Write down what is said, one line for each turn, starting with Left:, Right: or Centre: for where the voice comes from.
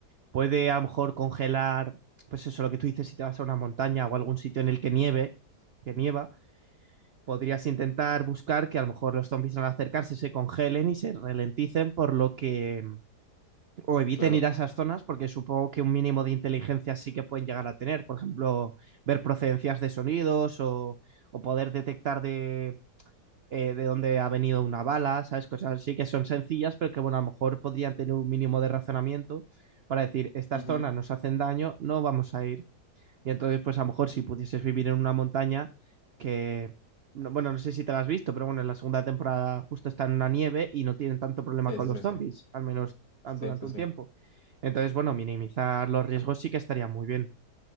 Right: puede a lo mejor congelar, pues eso, lo que tú dices, si te vas a una montaña o a algún sitio en el que nieve, que nieva, podrías intentar buscar que a lo mejor los zombies al acercarse se congelen y se ralenticen, por lo que o eviten
Left: Claro.
Right: ir a esas zonas porque supongo que un mínimo de inteligencia sí que pueden llegar a tener. Por ejemplo, ver procedencias de sonidos o, o poder detectar de, eh, de dónde ha venido una bala, ¿sabes? Cosas así que son sencillas, pero que bueno, a lo mejor podrían tener un mínimo de razonamiento para decir, estas
Left: Ujú.
Right: zonas nos hacen daño, no vamos a ir. Y entonces, pues a lo mejor si pudieses vivir en una montaña que, no- bueno, no sé si te la has visto, pero bueno, en la segunda temporada justo está en una nieve y no tienen tanto problema
Left: Sí,
Right: con
Left: sí,
Right: los
Left: sí,
Right: zombies,
Left: sí.
Right: al menos tan-
Left: Sí,
Right: durante
Left: sí,
Right: un
Left: sí.
Right: tiempo. Entonces, bueno, minimizar los riesgos sí que estaría muy bien,